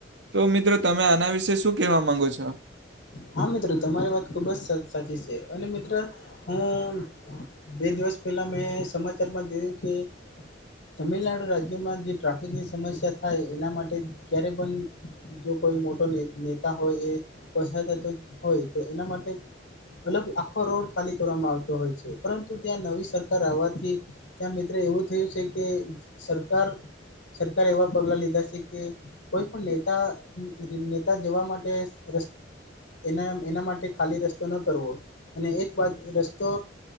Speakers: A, on the right; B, on the left.
A: તો મિત્રો તમે આના વિશે શું કેહેવા માંગો છો?
B: હા, મિત્ર તમારી વાત ખુબજ સચ-સાચી છે અને મિત્ર હું બે દિવસ પહેલા મેં સમાચારમાં જોયું કે તમિલનાડુ રાજ્યમાં જે ટ્રાફિકની સમસ્યા થાય એના માટે ક્યારે પણ જો કોઈ મોટો ને-નેતા હોય એ પસાર થતો હોય તો એના માટે અલગ આખો રોડ ખાલી કરવામાં આવતો હોય છે. પરંતુ ત્યાં નવી સરકાર આવાથી ત્યાં મિત્ર એવું થયું છે કે સરકાર સરકાર એવા પગલા લીધા છે કે કોઈ પણ નેતા નેતા જવા માટે રસ એના એના માટે ખાલી રસ્તો ન કરવો અને એક બાજ રસ્તો